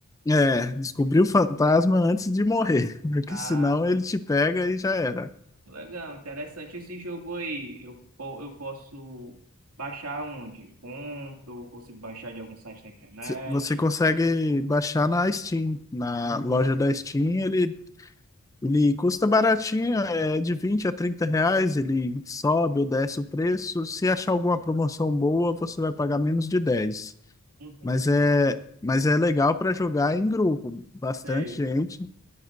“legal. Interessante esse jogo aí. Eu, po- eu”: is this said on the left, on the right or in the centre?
Right